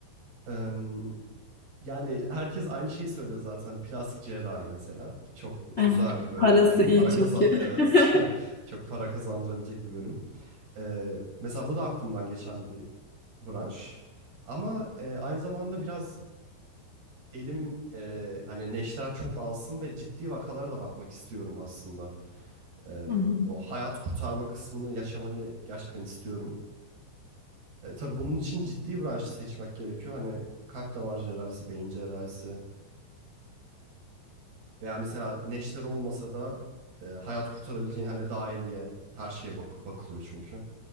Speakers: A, on the right; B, on the left.
A: Eee, Yani herkes aynı şeyi söylüyor zaten. Plastik cerrahi mesela. Çok
B: Evet.
A: güzel bir bölüm.
B: Parası
A: Çok
B: iyi
A: para
B: çünkü.
A: kaza <laughs> e,
B: <laughs>
A: çok para kazandırabilecek bir bölüm. E, mesela bu da aklımdan geçen bir branş. Ama e, aynı zamanda biraz elim e, hani neşter çok alsın ve ciddi vakalara da bakmak istiyorum aslında. E,
B: Hı hı.
A: o hayat kurtarma kısmını yaşamayı gerçekten istiyorum. E, tabii bunun için ciddi branşı seçmek gerekiyor. Hani kalp damar cerrahisi, beyin cerrahisi. Veya mesela neşter olmasa da e, hayat kurtarabileceğin hani dahiliye her şeye bak bakılıyor çünkü.